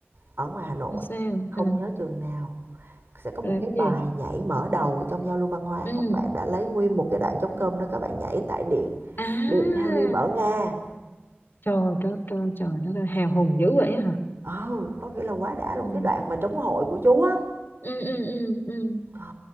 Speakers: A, on the right; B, on the left.
A: ở ngoài Hà Nội
B: sao
A: không
B: ừ
A: nhớ trường nào Sẽ có
B: làm
A: một cái
B: gì
A: bài nhảy mở đầu trong giao lưu văn hóa,
B: ừ
A: các bạn đã lấy nguyên một cái đoạn trống cơm đó các bạn nhảy tại điện
B: à
A: điện Paris ở Nga.
B: trời đất trời trời đất ơi hào hùng dữ vậy hả
A: Ờ, có nghĩa là quá đã luôn,
B: ừ
A: cái đoạn mà trống hội của chú á.
B: ừ ừ ừ ừ
A: Trời